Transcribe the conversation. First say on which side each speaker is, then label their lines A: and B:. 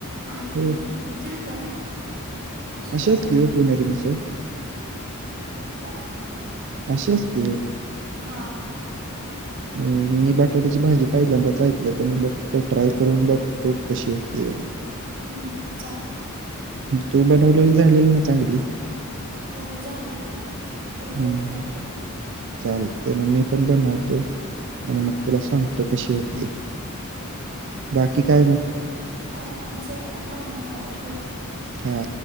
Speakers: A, on the right; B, on the right.
A: आणि
B: हो,
A: झालं अशी कराय
B: असते होय पुणेरी मिसळ
A: अ काय?
B: अशी असते होय?
A: हां
B: मी बटाट्याची भाजी पाहिल्यांदाच ऐकलंय, पण बघ तो ट्राय करून बघ तूप कशी होतीय.
A: हम्म, चालतं.
B: तू बनविलेली झालेली ना चांगली?
A: हो, झालेली. तुला फोटो
B: हम्म,
A: पाठवते
B: चालतय मग मी पण बनवतो आणि मग तुला सांग कशी होती? बाकी काय मग?
A: काय नाय, चल आता काम आहेत मला ठेवते.
B: हां